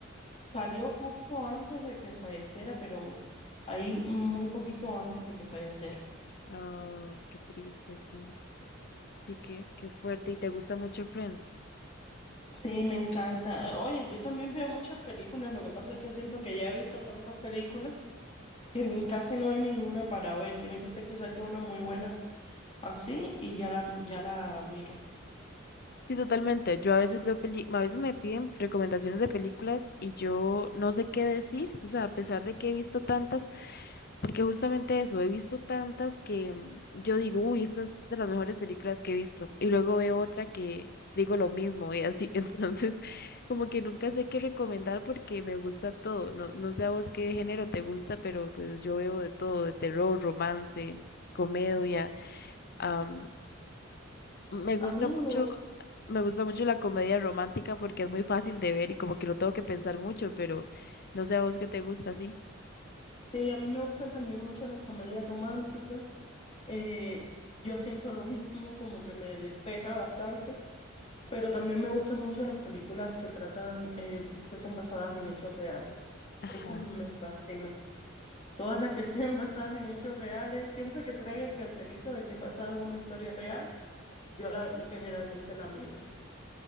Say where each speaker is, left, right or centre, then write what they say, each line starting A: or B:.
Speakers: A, on the left; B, on the left.
A: Salió justo antes de que falleciera, pero ahí muy poquito antes de que falleciera.
B: Ah, qué triste, sí. Sí, qué, qué fuerte. ¿Y te gusta mucho Friends?
A: Sí, me encanta. Oye, yo también veo muchas películas, lo que pasa es que siento que ya he visto tantas películas que n- casi no hay ninguna para ver. Tiene que ser que saque una muy buena así y ya la, ya la miro.
B: Sí, totalmente. Yo a veces veo peli, a veces me piden recomendaciones de películas y yo no sé qué decir, o sea, a pesar de que he visto tantas, porque justamente eso, he visto tantas que mm, yo digo, uy, esta es de las mejores películas que he visto, y luego veo otra que digo lo mismo y así, <laughs> entonces como que nunca sé qué recomendar porque me gusta todo, no, no sé a vos qué género te gusta, pero pues yo veo de todo, de terror, romance, comedia, am, me
A: A
B: gusta
A: mí
B: mucho.
A: me,
B: Me gusta mucho la comedia romántica porque es muy fácil de ver y como que no tengo que pensar mucho, pero no sé a vos qué te gusta así.
A: sí, a mí me gustan también mucho las comedias románticas. Eh, yo siento lo <laughs> mismo, como que me despeja bastante, pero también me gustan mucho las películas que tratan, eh, que son basadas en hechos reales.
B: Ajá.
A: Esas me fascinan. Todas las que <laughs> sean basadas en hechos reales, siempre que traiga el cartelito de que es basada en una historia real, yo la, generalmente la miro.